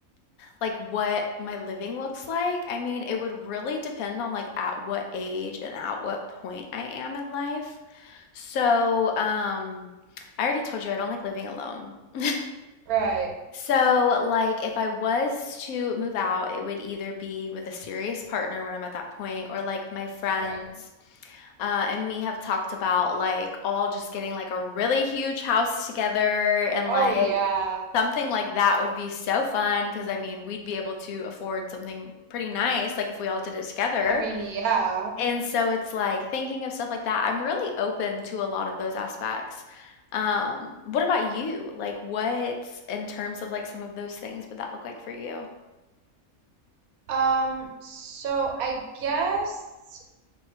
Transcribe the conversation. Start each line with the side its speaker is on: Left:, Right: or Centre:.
Left: like what my living looks like, I mean, it would really depend on like at what age and at what point I am in life. So, um, I already told you I don't like living alone. <laughs>
Right: Right.
Left: So, like, if I was to move out, it would either be with a serious partner when I'm at that point, or like my friends
Right: Right.
Left: uh, and me have talked about like all just getting like a really huge house together and
Right: Oh
Left: like
Right: yeah.
Left: something like that would be so fun because I mean, we'd be able to afford something pretty nice like if we all did it together.
Right: I mean, yeah.
Left: And so it's like thinking of stuff like that. I'm really open to a lot of those aspects. Um, what about you? Like what in terms of like some of those things would that look like for you?
Right: Um, so I guess,